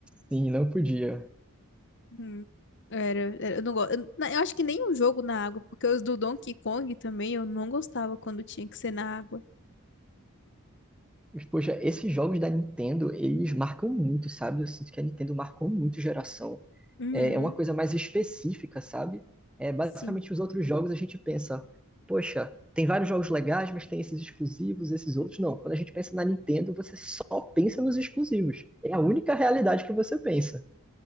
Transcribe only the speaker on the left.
Hum, Era, era- eu não gosto. Eu, na- eu acho que nem um jogo na água, porque os do Donkey Kong também eu não gostava quando tinha que ser na água.
Uhum,
sim.